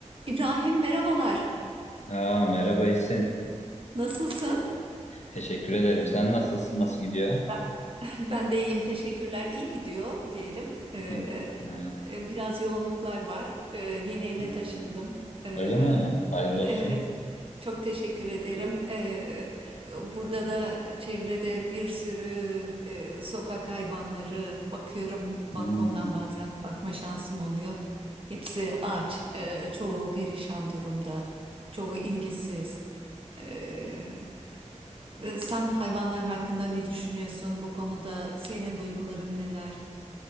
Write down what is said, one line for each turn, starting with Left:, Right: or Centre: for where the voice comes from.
Right: İbrahim merhabalar.
Left: Aa, merhaba Esin.
Right: Nasılsın?
Left: Teşekkür ederim. Sen nasılsın? Nasıl gidiyor?
Right: Ben- <laughs> Ben de iyiyim, teşekkürler. İyi gidiyor diyelim. Ee,
Left: Hı, hı,
Right: e, biraz yoğunluklar var. Ee, yeni eve
Left: hı.
Right: taşındım. Ee,
Left: Öyle mi? Hayırlı olsun.
Right: evet, çok teşekkür ederim. Ee, burada da çevrede bir sürü e, sokak hayvanları bakıyorum. Balkondan
Left: Hı.
Right: bazen bakma şansım oluyor. Hepsi aç, e, çoğu perişan durumda, çoğu ilgisiz. Ee, Ee, Sen hayvanlar hakkında ne düşünüyorsun? Bu konuda senin duyguların neler?